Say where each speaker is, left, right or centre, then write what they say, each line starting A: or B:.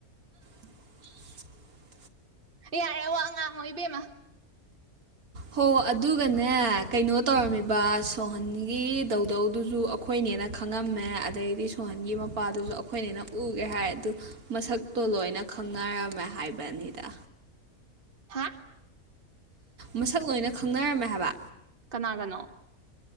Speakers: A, on the right; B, on the right.
A: <inaudible>
B: ꯌꯥꯔꯦ ꯋꯥ ꯉꯥꯡꯉꯣꯏ ꯏꯕꯦꯝꯃ
A: ꯍꯣ ꯑꯗꯨꯒꯅꯦ ꯀꯩꯅꯣ ꯇꯧꯔꯝꯃꯤꯕ ꯁꯣꯍꯟꯒꯤ ꯗꯧꯗꯧꯗꯨꯁꯨ ꯑꯩꯈꯣꯏꯅꯦꯅ ꯈꯪꯉꯝꯃꯦ ꯑꯗꯩꯗꯤ ꯁꯣꯍꯟꯒꯤ ꯃꯄꯥꯗꯨꯁꯨ ꯑꯩꯈꯣꯏꯅꯦꯅ ꯎꯒꯦ ꯍꯥꯏ ꯑꯗꯨ ꯃꯁꯛꯇꯣ ꯂꯣꯏꯅ ꯈꯪꯅꯔꯝꯃꯦ ꯍꯥꯏꯕꯅꯤꯗ
B: ꯍꯥ
A: ꯃꯁꯛ ꯂꯣꯏꯅ ꯈꯪꯅꯔꯝꯃꯦ ꯍꯥꯏꯕ
B: ꯀꯅꯥ ꯀꯅꯣ